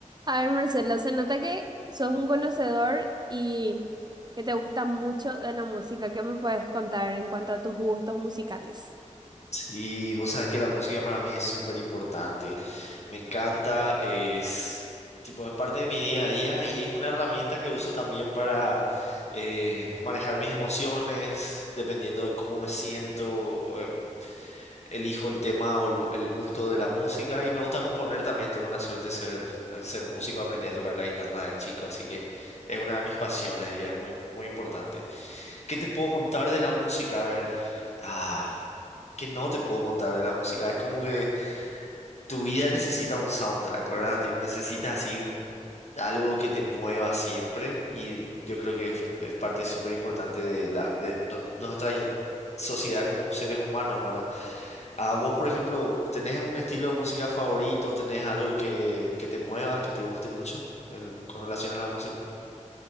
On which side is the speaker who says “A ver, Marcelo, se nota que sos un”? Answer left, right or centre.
Right